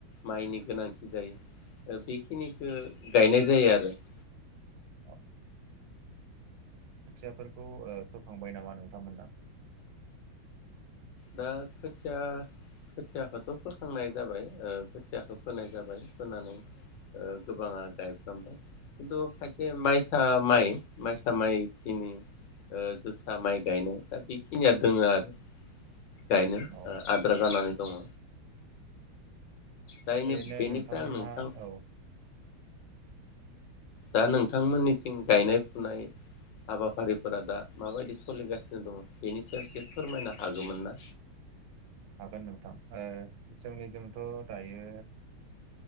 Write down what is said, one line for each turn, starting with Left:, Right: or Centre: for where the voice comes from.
Left: माइनि गोनांथि जायो ओ बेखिनिखौ गायनाय जायो आरो <inaudible>
Right: औ खोथियाफोरखौ ओ फोखांबाय नामा नोंथांमोना?
Left: दा खोथिया खोथियाखौथ' फोखांनाय जाबाय खोथियाखौ फोनाय जाबाय फोनानै गोबाङा गायफ्रामबाय खिन्थु खायसे माइसा माइ माइसा माइखिनि जोसा माइ गायनाय दा बेखिनिया दङो आरो गायनो
Right: औ
Left: आद्रा जानानै दङ दायनि
Right: ओरैनो
Left: बेनिफ्राय
Right: नोंथांमोनहा
Left: आं नोंथां
Right: औ
Left: दा नोंथांमोननिथिं गायनाय फुनाय हाबाफारिफोरा दा माबायदि सोलिगासिनो दङ बेनि सायाव एसे फोरमायनो हागौमोन ना?
Right: हागोन नोंथां ओ जोंनिजोंथ' दायो